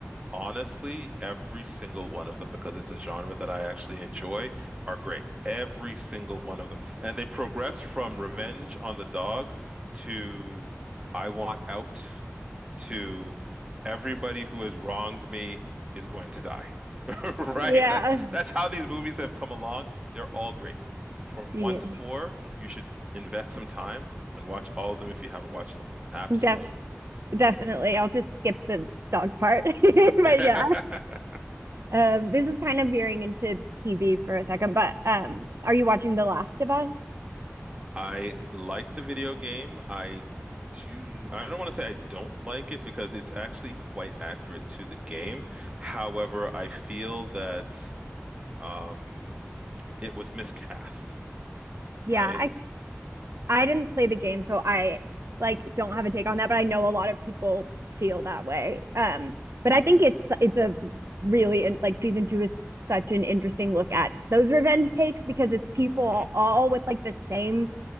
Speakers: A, on the right (about 25°); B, on the right (about 65°).
A: Honestly, every single one of them, because it's a genre that I actually enjoy, are great. Every single one of them. And they progress from Revenge on the Dog to I Want Out to everybody who has wronged me is going to die. <laughs> Right?
B: Yeah,
A: That that's how these movies have come along. They're all great. From
B: yeah,
A: one to four, you should invest some time and watch all of them if you haven't watched them. Absolutely.
B: def- definitely. I'll just skip the dog part. <laughs> but
A: <laughs>
B: yeah, um, this is kind of veering into TV for a second. But um, are you watching The Last of Us?
A: I like the video game. I do, I don't want to say I don't like it because it's actually quite accurate to the game. However, I feel that um, it was miscast,
B: Yeah,
A: right?
B: I I didn't play the game, so I like don't have a take on that, but I know a lot of people feel that way. Um, but I think it's it's a really like season two is such an interesting look at those revenge takes because it's people
A: hmm
B: all with like the same